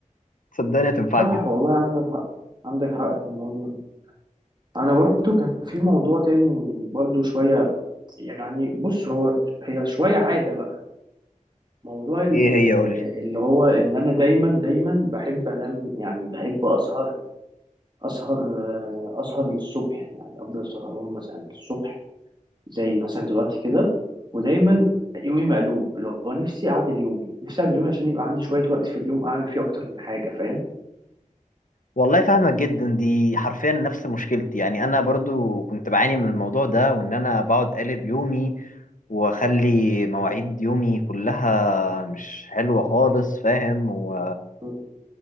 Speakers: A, on the left; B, on the right.
A: صدقني هتنفعك
B: صح
A: جدا
B: والله عندك حق عندك حق في الموضوع ده انا برضو كان في موضوع تاني برضو شوية يعني بص هو هي شوية عادة بقى موضوع ال-
A: ايه هي قول لي
B: اللي هو ان انا دايما دايما بحب انام يعني بحب اسهر اسهر آه، اسهر للصبح يعني افضل سهران مثلا للصبح زي مثلا دلوقتي كده ودايما يومي مقلوب اللي هو نفسي اعدل يومي نفسي اعدل يومي عشان يبقى عندي شوية وقت في اليوم اعمل فيه اكتر من حاجة فاهم
A: والله فاهمك جدا دي حرفيا نفس مشكلتي يعني انا برضو كنت بعاني من الموضوع ده وان انا بقعد قالب يومي واخلي مواعيد يومي كلها مش حلوة خالص فاهم و
B: مم.